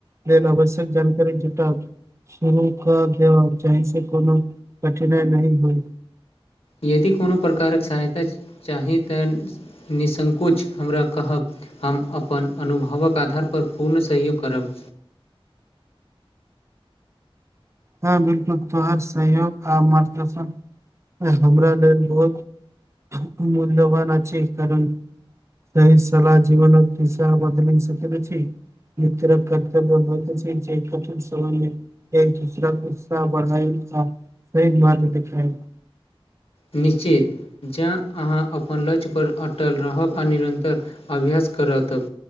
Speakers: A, on the right (about 30°); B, on the left (about 75°).
A: <unintelligible> आवश्यक जानकारी जुटाफ शुरू क देबाक चाहि से कोनो कठिनाइ नही होइ।
B: यदि कोनो प्रकारक सहायता चाही तऽ निसंकोच हमरा कहब। हम अपन अनुभवक आधारपर पूर्ण सहयोग करब।
A: हँ बिल्कुल तोहर सहयोग आ मार्गदर्शन हमरा लेल बहुत। मूल्यवान छै करण। तई सलाह जीवन पिसा बदल सकैत अछी। तरफ कर्तव्य <unintelligible> जे कठीन समय मे <unintelligible> बढ़ायल आ मारग देखायल
B: निश्चित जँ अहाँ अपन लक्ष पर अटल रहब आ निरन्तर अभ्यास कर तब।